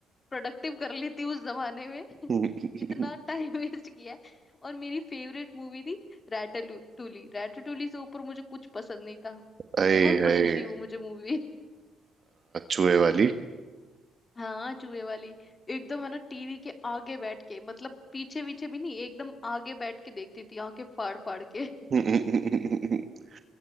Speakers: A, on the left (about 30°); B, on the right (about 45°).
A: प्रोडक्टिव कर लेती उस जमाने में <laughs>
B: <laughs>
A: इतना टाइम वेस्ट किया है और मेरी फेवरेट मूवी थी रैटाटूली रैटाटूली से ऊपर मुझे कुछ पसंद नहीं था
B: अरे
A: बहुत
B: है
A: पसंद थी वो मुझे मूवी
B: चूहे वाली
A: हाँ चूहे वाली एकदम है ना टीवी के आगे बैठ के मतलब पीछे पीछे भी नहीं एकदम आगे बैठ के देखती थी आगे फाड़ फाड़ के <laughs>
B: तो